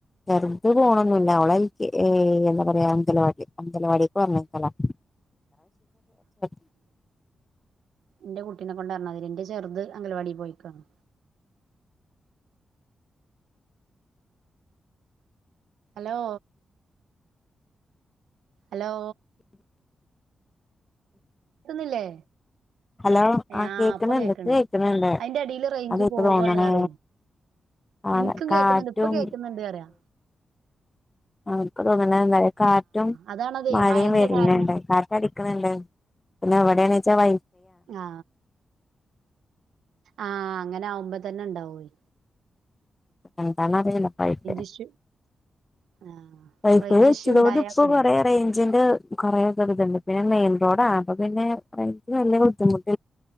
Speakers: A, on the left (about 25°); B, on the right (about 85°).
A: ചെറുത് പോണൊന്നില്ല ഓൾ ഏ എന്താ പറയാ അംഗലവാടി അംഗലവാടിക്ക് പറഞ്ഞയക്കലാ <unintelligible>
B: എറെ കുട്ടീനെ കൊണ്ട് പറഞ്ഞമാതിരിയ എന്റ ചെറുത് അംഗലവാടീ പോയിക്കാണ് ഹലോ ഹലോ കേക്കുന്നില്ലെ
A: ഹലോ
B: ആ
A: കേക്കുന്നുണ്ട്
B: ഇപ്പൊ കേക്കണ്ട്
A: ഇക്ക് കേക്കുന്നുണ്ട്
B: അതിന്റെ എടില് റേഞ്ച്
A: അതെനിക്ക്
B: പോവാണ്
A: തോന്നണേ
B: അറി
A: കാല
B: എനിക്കും
A: കാറ്റും
B: കേക്കുന്നുണ്ട് ഇപ്പൊ കേക്കുന്നുണ്ട് അറിയാ
A: ആ ക്ക് ഇപ്പൊ അങ്ങനെന്നെ കാറ്റും
B: അതാണതേ
A: മഴയും
B: മഴന്റെ
A: വരനോണ്ട്
B: കാരണം
A: കാറ്റ അടിക്കുന്നണ്ട് എന്ത പിന്നെ അവിടെയാണച വൈ
B: ആ ആ അങ്ങനെ ആകുമ്പോ തന്നെ ഇണ്ടാവുവായി
A: <unintelligible>
B: ഇഷ്യൂ ആ
A: വൈഫൈ
B: റേഞ്ച്
A: വച്ചതോണ്ട്
B: ഇഷ്യൂ ഉണ്ടായാ
A: ഇപ്പൊ
B: കുടുങ്ങും
A: കൊറെ റേഞ്ചിന്റെ കുറേയൊക്കെ ഒരു ഇതുണ്ട് പിന്നെ മെയിൻ റോഡാ അപ്പൊ പിന്നെ വൈഫൈ വലിയ ബുദ്ധിമുട്ട്